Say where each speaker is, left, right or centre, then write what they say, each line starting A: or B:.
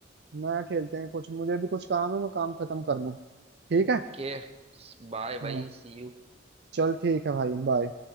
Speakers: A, on the right (about 60°); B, on the right (about 35°).
A: मैं खेलते हैं कुछ मुझे भी कुछ काम है मैं काम खत्म कर लूँ ठीक
B: ओके
A: है
B: बाय
A: हाँ
B: भाई सी यू
A: चल ठीक है भाई बाय